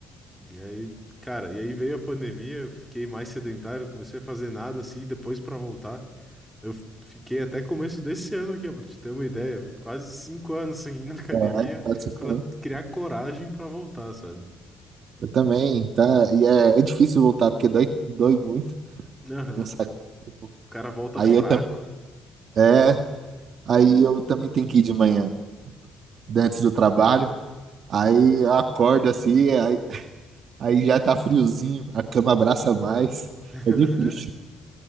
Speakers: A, in the centre; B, on the right (about 55°).
A: E aí, cara, e aí veio a pandemia, eu fiquei mais sedentário, comecei a fazer nada assim, e depois para voltar. Eu f- fiquei até começo desse ano aqui, para te ter uma ideia, foi quase cinco anos sem ir na academia
B: É, quase cinco
A: para criar coragem para voltar, sabe?
B: Eu também, tá? E é, é difícil voltar, porque dói, dói muito,
A: Aham.
B: é cansativo.
A: O cara volta
B: Aí
A: fraco.
B: eu, tam- é, aí eu também tenho que ir de manhã, né, antes do trabalho. Aí eu acordo assim, aí, aí já tá friozinho, a cama abraça mais.
A: <laughs> Aham.
B: É difícil,